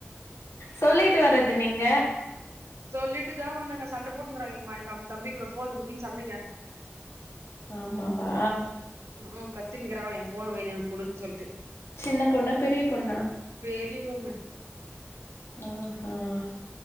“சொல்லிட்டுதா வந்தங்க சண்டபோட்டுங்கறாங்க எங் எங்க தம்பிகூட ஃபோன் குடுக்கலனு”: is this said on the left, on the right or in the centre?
Right